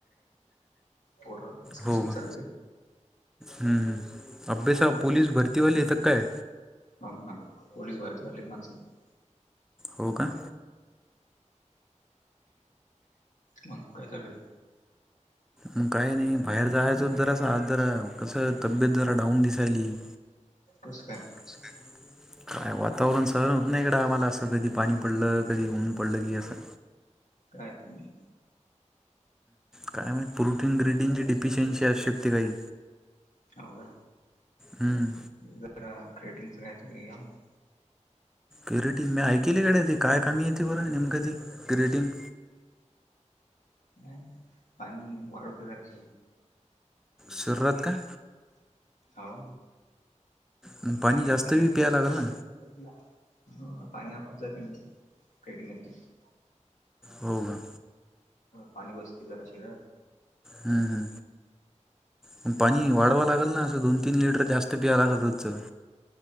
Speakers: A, on the left; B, in the centre.
A: पोर आता डिस्कशन
B: हो का
A: चालू आहे.
B: हम्म अभ्यासाला पोलीस भरती वाले येतात काय?
A: हो ना पोलीस भरती वली माणस आहेत.
B: हो का?
A: मग काय चालू आहे?
B: मग काय नाही. बाहेर जाहायचं होत जरास आज जरा कसं तब्येत जरा डाऊन दिसायली. <inaudible>
A: कस काय?
B: <inaudible> काय वातावरण सहन होत नाही इकडं आम्हाला असं कधी पाणी पडलं कधी ऊन पडलं की असं
A: काय तुम्ही
B: काय मा प्रोटीन ग्रिटीनची डिफिशियन्सची आवश्यकता काही
A: हो का
B: हम्म
A: जरा क्रेटिनचं काय तर याव मग
B: क्युरेटीन मी ऐकली कडे ती काय कामी येते बरं नेमकं ती कुरेटीन
A: अ पाणी वाढवते जराश
B: सुरत का
A: हो
B: मग पाणी
A: तले कि
B: जास्त
A: चांगली
B: बी प्याय लागेल ना
A: पाणी आपआप जाते नंतर केडिंग घेतल्या
B: हो का
A: पाणी बसते जरा शिर
B: ह् ह प पाणी वाढवा लागेल ना असं दोन तीन लिटर जास्त तरीला कटूतचं